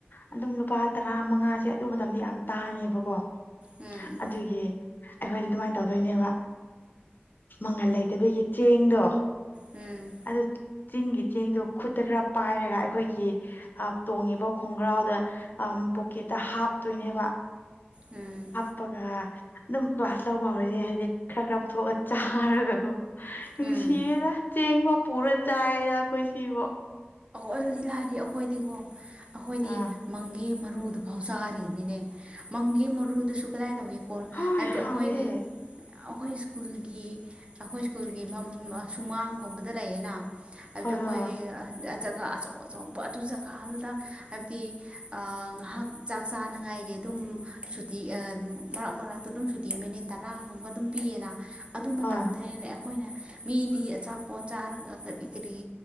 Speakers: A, on the left; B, on the right.
A: ꯑꯗꯨꯝ ꯂꯨꯄꯥ ꯇꯔꯥ ꯃꯉꯥꯁꯦ ꯑꯗꯨ ꯃꯇꯝꯗ ꯌꯥꯝ ꯇꯥꯡꯉꯦꯕꯀꯣ
B: ꯎꯝ
A: ꯑꯗꯨꯒꯤ ꯑꯩꯈꯣꯏꯁꯦ ꯑꯗꯨꯃꯥꯏꯅ ꯇꯧꯗꯣꯏꯅꯦꯕ ꯃꯪꯒꯜ ꯂꯩꯇꯕꯒꯤ ꯆꯦꯡꯗꯣ
B: ꯎꯝ
A: ꯑꯗ ꯆꯤꯡꯒꯤ ꯆꯦꯡꯗꯣ ꯈꯨꯠꯇ ꯈꯔ ꯄꯥꯏꯔꯒ ꯑꯩꯈꯣꯏꯒꯤ ꯇꯣꯡꯉꯤꯕ ꯈꯣꯡꯒ꯭ꯔꯥꯎꯗ ꯄꯣꯀꯦꯠꯇ ꯍꯥꯞꯇꯣꯏꯅꯦꯕ
B: ꯎꯝ
A: ꯀꯞꯄꯒ ꯑꯗꯨꯝ ꯀ꯭ꯂꯥꯁ ꯂꯧꯕ ꯍꯧꯔꯗꯤ ꯍꯥꯏꯗꯤ ꯈꯔ ꯈꯔ ꯄꯨꯊꯣꯛꯑꯒ ꯆꯥꯔꯒ ꯅꯨꯡꯁꯤꯌꯦꯗ
B: ꯎꯝ
A: ꯆꯦꯡꯕ ꯄꯨꯔ ꯆꯥꯏꯌꯦꯗ ꯑꯩꯈꯣꯏ ꯁꯤꯕꯣ
B: ꯑꯗꯨꯗꯤ ꯂꯥꯏꯗꯤ ꯑꯩꯈꯣꯏꯗꯤꯀꯣ ꯑꯩꯈꯣꯏꯗꯤ
A: ꯑꯥ
B: ꯃꯪꯒꯦ ꯃꯔꯨꯗꯨ ꯐꯥꯎ ꯆꯥꯔꯤꯅꯤꯅꯦ ꯃꯪꯒꯦ ꯃꯔꯨꯗꯨꯁꯨ ꯀꯗꯥꯏ ꯇꯧꯏꯤ
A: ꯍꯣꯏ
B: ꯍꯥꯏꯕꯗꯤ
A: ꯍꯥꯎꯋꯦ
B: ꯑꯩꯈꯣꯏꯒꯤ ꯑꯩꯈꯣꯏ ꯁ꯭ꯀꯨꯜꯒꯤ ꯑꯩꯈꯣꯏ ꯁ꯭ꯀꯨꯜꯒꯤ ꯁꯨꯃꯥꯡꯒꯨꯝꯕꯗ ꯂꯩꯌꯦꯅ ꯑꯗꯨꯗꯣ
A: ꯍꯣꯏ
B: ꯑꯩꯈꯣꯏꯒꯤ
A: ꯍꯣꯏ
B: ꯖꯒꯥ ꯑꯆꯧ ꯑꯆꯧꯕ ꯑꯗꯨ ꯖꯒꯥꯗꯨꯗ ꯍꯥꯏꯕꯗꯤ ꯉꯥꯏꯍꯥꯛ ꯆꯥꯛ ꯆꯥꯅꯉꯥꯏꯒꯤ ꯑꯗꯨꯝ ꯁꯨꯇꯤ ꯃꯔꯛ ꯃꯔꯛꯇ ꯑꯗꯨꯝ ꯁꯨꯇꯤ ꯃꯤꯅꯤꯠ ꯇꯔꯥꯒꯨꯝꯕ ꯑꯗꯨꯝ ꯄꯤꯌꯦꯅ ꯑꯗꯨ ꯃꯇꯝꯗꯅꯦ
A: ꯍꯣꯏ
B: ꯑꯩꯈꯣꯏꯅ ꯃꯤꯗꯤ ꯑꯆꯥꯄꯣꯠ ꯆꯥꯔꯒ ꯀꯔꯤ ꯀꯔꯤ